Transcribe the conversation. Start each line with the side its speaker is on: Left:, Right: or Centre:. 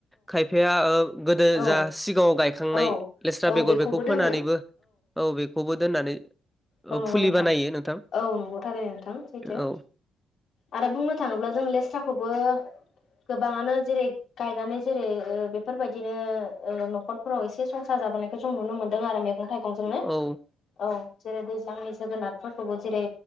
Centre: खायफाया ओ गोदो
Left: औ
Centre: जा सिगाङाव गायखांनाय
Left: औ
Centre: लेस्रा
Left: औ
Centre: बेगर
Left: बेखौबो
Centre: बेगर बेखौ
Left: दोनो
Centre: फोनानैबो औ बेखौबो दोननानै
Left: औ
Centre: ओ
Left: नंगौ
Centre: फुलि
Left: नोंथां
Centre: बानायो नोंथां
Left: औ नंगौ थारै नोंथां सैथो
Centre: औ
Left: आरो बुंनो थाङोब्ला जों लेस्राखौबो गोबाङानो जेरै गायनानै जेरै बेफोरबायदिनो ओ न'खरफोराव एसे संसार जाबो जों नुनो मोनदों आरो मैगं थाइगं जोंनो
Centre: औ
Left: औ जेरै दैज्लांनि जोगोनारफोरखौबो जेरै